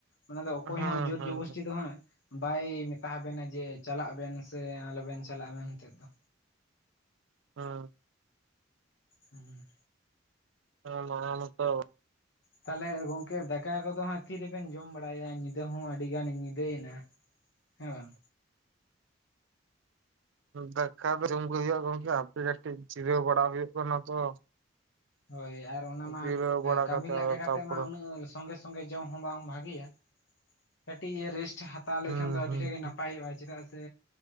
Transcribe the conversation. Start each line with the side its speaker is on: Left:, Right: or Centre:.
Left: ᱚᱱᱟ ᱫᱚ ᱚᱠᱚᱭ
Right: ᱦᱩᱸ
Left: ᱦᱚᱸ ᱡᱳᱨ
Right: ᱦᱩᱸ
Left: ᱡᱚᱵᱚᱥᱴᱤ
Right: ᱦᱩᱸ
Left: ᱫᱚ ᱦᱜ, ᱵᱟᱭ ᱢᱮᱛᱟ ᱦᱟᱵᱮᱱᱟ ᱡᱮ ᱪᱟᱞᱟᱜ ᱵᱮᱱ ᱥᱮ ᱟᱞᱚᱵᱮᱱ ᱪᱟᱞᱟᱜᱼᱟ ᱢᱮᱱ ᱛᱮ ᱫᱚ
Right: ᱦᱳ
Left: ᱦᱩᱸ
Right: ᱦᱳ ᱢᱱᱮᱨ ᱢᱚᱛᱚ
Left: ᱛᱟᱦᱚᱞᱮ ᱜᱚᱝᱠᱮ ᱫᱟᱠᱟ ᱠᱚᱫᱚ ᱦᱟᱸᱜ ᱛᱤᱨᱮᱵᱮᱱ ᱡᱚᱢ ᱵᱟᱲᱟᱭᱟ ᱧᱤ ᱧᱤᱫᱟᱹ ᱦᱚᱸ ᱟᱹᱰᱤ ᱜᱟᱱᱮ ᱧᱤᱫᱟᱹᱭᱮᱱᱟ ᱦᱮᱸ ᱵᱟᱝ
Right: ᱫᱟᱠᱟ ᱫᱚ ᱡᱚᱢᱜᱮ ᱦᱩᱭᱩᱜᱼᱟ ᱜᱚᱝᱠᱮ ᱦᱟᱯᱮ ᱠᱟᱹᱴᱤᱡ ᱡᱤᱨᱟᱹᱣ ᱵᱟᱲᱟ ᱦᱩᱭᱩᱜ ᱠᱟᱱᱟ ᱛᱚ᱾
Left: ᱦᱳᱭ ᱟᱨ ᱚᱱᱟ ᱢᱟ
Right: ᱡᱤᱨᱟᱹᱣ ᱵᱟᱲᱟ
Left: ᱠᱟᱹᱢᱤ
Right: ᱠᱟᱛᱮ
Left: ᱞᱟᱸᱜᱟ
Right: ᱟᱫᱚ
Left: ᱠᱟᱛᱮᱜ
Right: ᱛᱟᱯᱚᱨᱮ
Left: ᱢᱟ ᱩᱱᱟᱹᱜ ᱟᱞ ᱥᱚᱸᱜᱮ ᱥᱚᱸᱜᱮ ᱡᱚᱢ ᱦᱚᱸ ᱵᱟᱝ ᱵᱷᱟᱜᱤᱭᱟ ᱠᱟᱹᱴᱤᱡ ᱨᱮᱥᱴ ᱦᱟᱛᱟᱣ ᱛᱟ ᱞᱮᱠᱷᱟᱱ
Right: ᱦᱩᱸ
Left: ᱫᱚ ᱟᱹᱰᱤ
Right: ᱦᱩᱸ
Left: ᱴᱟᱜ ᱜᱮ
Right: ᱦᱩᱸ
Left: ᱱᱟᱯᱟᱭᱚᱜᱼᱟ ᱪᱮᱫᱟᱜ ᱥᱮ